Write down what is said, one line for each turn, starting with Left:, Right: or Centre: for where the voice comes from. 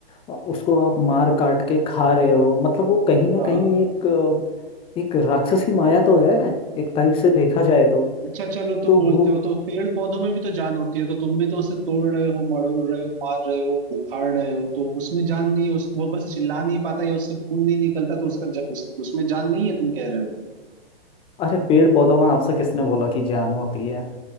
Left: अ, उसको आप मार काट के खा रहे हो मतलब वो कहीं ना
Right: हाँ
Left: कहीं एक अ, एक राक्षसी माया तो है एक टाइप से देखा जाए तो
Right: अच्छा चलो तुम
Left: तो
Right: बोलते
Left: वो
Right: हो तो पेड़ पौधों में भी तो जान होती है तो तुम भी तो उसे तोड़ रहे हो मड़ोड़ रहे हो मार रहे हो उखाड़ रहे हो तो उसमें जान नहीं है उस वो बस चिल्ला नहीं पाता या उससे खून नहीं निकलता तो उसका ज, उस, उसमें जान नहीं है तुम कह रहे हो
Left: अरे पेड़ पौधों में आपसे किसने बोला कि जान होती है